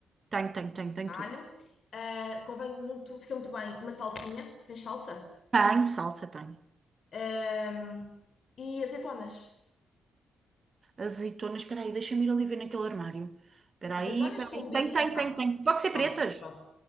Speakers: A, on the right; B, on the left.
A: tenho, tenho, tenho, tenho,
B: alho.
A: tudo.
B: Ah, convém muito, fica muito bem uma salsinha. Tens salsa?
A: Tenho, salsa, tenho.
B: Ah, e azeitonas.
A: Azeitonas, espera aí, deixa-me ir ali ver naquele armário. Espera
B: Azeitonas
A: aí, espera
B: combina.
A: aí. Tenho, tenho,
B: pá,
A: tenho, tenho. Pode ser
B: pronto,
A: pretas?
B: pronto.